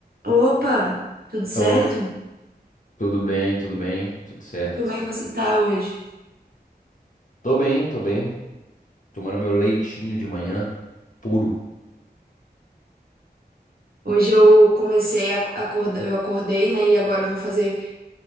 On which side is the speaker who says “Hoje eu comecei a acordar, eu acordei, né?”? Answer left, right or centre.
Right